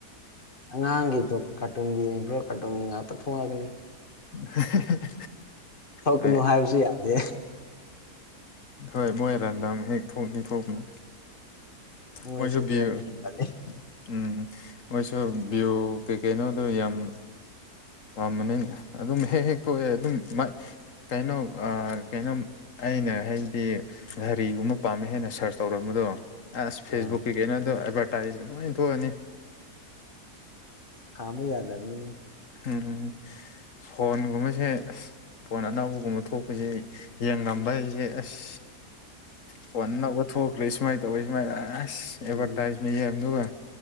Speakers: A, on the left; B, on the left.
A: ꯑꯉꯥꯡꯒꯤꯗꯣ ꯀꯥꯔꯇꯨꯟꯒꯤ ꯌꯦꯡꯈ꯭ꯔꯣ ꯀꯥꯔꯇꯨꯟꯒꯤ ꯉꯥꯛꯇ ꯊꯣꯡꯂꯥꯛꯀꯅꯤ
B: <inaudible>
A: ꯊꯣꯛꯀꯅꯨ
B: ꯍꯣꯏ
A: ꯍꯥꯏꯕꯁꯨ ꯌꯥꯗꯦ
B: ꯍꯣꯏ ꯃꯣꯏ ꯔꯦꯟꯗꯥꯝ ꯍꯦꯛ ꯊꯣꯛꯑꯗꯤ ꯊꯣꯛꯄꯅꯤ
A: ꯃꯣꯏꯁꯦ
B: ꯃꯣꯏꯁꯨ <unintelligible>
A: ꯈꯔꯗꯤ ꯍꯦꯟꯒꯠꯂꯦ
B: ꯎꯝ ꯃꯣꯏꯁꯨ ꯚ꯭ꯌꯨ ꯀꯩꯀꯩꯅꯣꯗꯨ ꯌꯥꯝ ꯄꯥꯝꯕꯅꯤ ꯑꯗꯨꯝ ꯍꯦꯛ ꯍꯦꯛ ꯊꯣꯛꯑꯦ ꯑꯗꯨꯝ ꯃꯥꯏ ꯀꯩꯅꯣ ꯑꯥ ꯀꯩꯅꯣꯝ ꯑꯩꯅ ꯍꯥꯏꯗꯤ ꯘꯔꯤꯒꯨꯝꯕ ꯄꯥꯝꯃꯦ ꯍꯦꯟꯅ ꯁꯔꯁ ꯇꯧꯔꯝꯕꯗꯣ ꯑꯁ ꯐꯦꯁꯕꯨꯛꯀꯤ
A: ꯑꯥ
B: ꯀꯩꯅꯣꯗꯣ ꯑꯦꯗꯚꯔꯇꯥꯏꯖ ꯂꯣꯏ ꯊꯣꯛꯑꯅꯤ
A: ꯈꯥꯝꯃꯤ ꯌꯥꯗ ꯑꯃꯤꯅꯦ
B: ꯎꯝ ꯐꯣꯟꯒꯨꯝꯕꯁꯦ ꯑꯁ ꯐꯣꯟ ꯑꯅꯥꯎꯕ ꯑꯃ ꯊꯣꯛꯄꯁꯦ ꯌꯦꯟ ꯉꯝꯕ ꯑꯩꯁꯦ ꯑꯁ ꯐꯣꯟꯅꯕ ꯊꯣꯛꯈ꯭ꯔꯦ ꯁꯨꯃꯥꯏꯅ ꯇꯧꯋ ꯁꯨꯃꯥꯏꯅ ꯑꯁ ꯑꯦꯗꯚꯔꯇꯥꯏꯖꯃ
A: ꯎꯝ
B: ꯌꯦꯡ ꯑꯗꯨꯒ